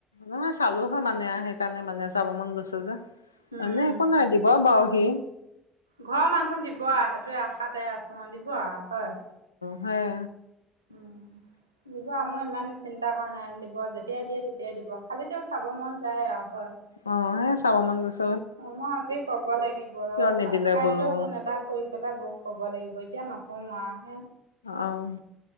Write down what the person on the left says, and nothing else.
নহয় চালো হয়, মানে সেইকাৰণে মানে চাব মন গৈছে যে
মানে একো নাই দিব বাউ <unintelligible>
হয়।
অ', এ চাব মন গৈছি
কিয় নিদিলে
বোলো
অ',